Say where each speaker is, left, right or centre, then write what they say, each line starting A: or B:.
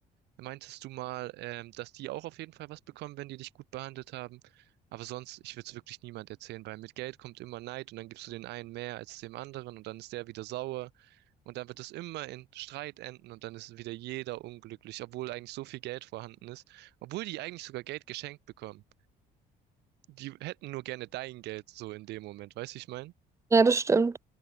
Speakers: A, on the right; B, on the right.
A: Meintest du mal, ähm, dass die auch auf jeden Fall was bekommen, wenn die dich gut behandelt haben? Aber sonst, ich würde es wirklich niemand erzählen, weil mit Geld kommt immer Neid und dann gibst du den einen mehr als dem anderen und dann ist der wieder sauer und dann wird es immer in Streit enden und dann ist wieder jeder unglücklich, obwohl eigentlich so viel Geld vorhanden ist, obwohl die eigentlich sogar Geld geschenkt bekommen die hätten nur gerne dein Geld so in dem Moment, weißt du, ich meine?
B: Ja, das stimmt.